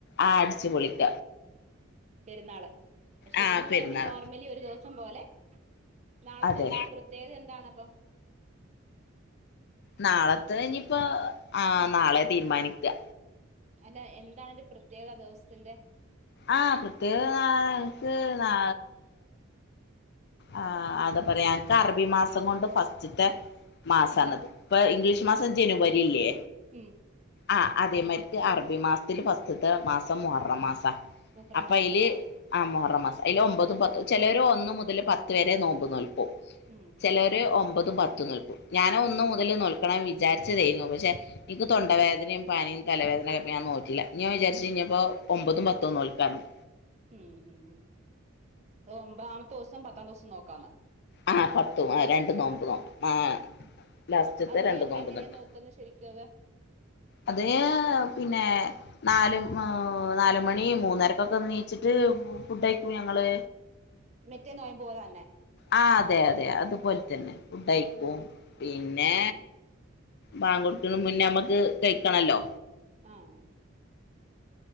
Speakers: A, on the left (about 55°); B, on the right (about 35°).
A: ആഹ് അടിച്ചു പൊളിക്ക
B: പെരുന്നാള് പക്ഷെ
A: ആ
B: ഇതന്ന്
A: പെരുന്നാൾ
B: പറയുമ്പോ നോർമലി ഒരു ദിവസം പോലെ നാളെത്തെ
A: അതെ
B: ദിവസിന്റെ പ്രത്യേകത എന്താണപ്പൊ
A: നാളത്തെ കഞ്ഞപ്പോ ആ
B: ഉം
A: നാളെ തീരുമാനിക്കുക
B: അല്ല എന്താാണ് ഒരു പ്രത്യേകത ദിവസത്തിന്റെ
A: ആഹ പ്രത്യേകം ന എനിക്ക് നാ ആ് അത പറയാ എക്ക് അറബി മാസം കൊണ്ട് ഫസ്റ്റത്തെ മാസാണത്
B: ഉം
A: ഇപ്പൊ ഇംഗ്ലീഷ് മാസം ജനുവരി ഇല്ലേ
B: ഉം
A: ആ അതേമാതിരിക്ക് അറബി മാസത്തിൽ വസ്തുത്തെ മാസം മുഹറം മാസ
B: മുഹറം
A: അപ്പൊ
B: മാസം
A: അതില്
B: ഓ
A: ആ മുഹറം മാസം ആയില് ഒമ്പതും
B: ആഹ്
A: പത്തും ചിലര് ഒന്ന മു പത്ത് വരെ നോമ്പ് നോൽക്കും
B: ഉം
A: ചിലര്
B: ഉം ഉം
A: ഒമ്പതും പത്തും നോൽക്കും ഞാനൻ ഒന്ന്
B: നോക്കും
A: മുതൽ നോക്കണം വി വിചാരിച്ച തുന്നു പക്ഷേ എനിക്ക് തൊണ്ടവേദനയും പാനിയ തലവേദനൊക്കെ ഞാൻ നോട്ടില്ല ഞാൻ വിചാരിച്ച് ഞ്ഞപ്പോ ഒമ്പതും പത്തോന്നോൽ ക്കാരരുന്നു
B: ഉം ഹ ഉ ഒമ്പതാമത്തെ ദിവസം പത്താം ദിവസം നോക്കാന്ന്
A: ആഹ് പത്തും രണ്ടും നോമ്പത് നോമ്പ ആഹ്
B: ഉം
A: ലാസ്റ്റത്തെ
B: അത് നൊയമ്പ്
A: രണ്ടു നോമ്പ്
B: എങ്ങനെയാ
A: നോറ്റ്
B: നോക്കുന്നെ ശരിക്കും അത്
A: അതിന് പിന്നെ നാല് നാല് മണി മൂന്നരക്കൊക്കെ നീച്ചിട്ട് ഫുഡയ്ക്കും ഞങ്ങള്
B: മറ്റേ നോയമ്പോലന്നെ
A: ആഹ് അതെ അതെ അതുപോലെ തന്നെ ഫുഡയ്ക്കും
B: ഉം
A: പി പിന്നെ ബാങ്കൊടുക്കന് മുന്നേ നമ്മക്ക് കഴിക്കണല്ലോ
B: ആഹ്